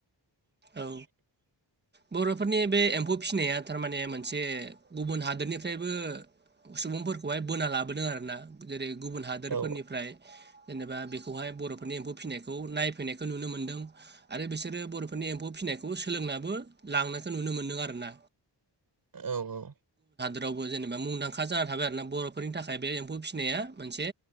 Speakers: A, on the right; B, on the right.
A: <inaudible>
B: औ बरफोरनि बे एम्फौ फिनाया थारमाने मोनसे गुबुन हादोरनिफ्रायबो सुबुंफोरखौहाय बोना लाबोदों आरोना जेरै। गुबुन हादोरफोरनिफ्राय
A: औ
B: जेनेबा बेखौहाय बर नि एम्फौ फिनायखौ नायफैनायखौ नुनो मो मोनदों आरो बिसोरो बरफोरनि एम्फौ फिनायखौबो सोलोंनाबो। लांनायसो नुनो मोनदों आरो ना।
A: औ औ।
B: रावबो जेनेबा मुंदांखा जानानै थाबाय आरोना बरफोरनि थाखाय बे एम्फौ फिसिनाया मोनसे